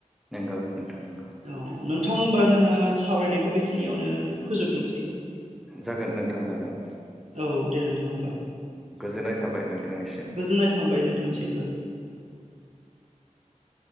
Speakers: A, in the centre; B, on the right.
A: नंगौ नोंथां नंगौ
B: औ नोंथां होनोमबा जोङो सावरायनायखौ बेखिनियावनो फोजोबनोसै
A: जागोन नोंथां जागोन
B: औ <inaudible>
A: गोजोननाय थाबाय नोंथांनिसिम
B: गोजोननाय <inaudible>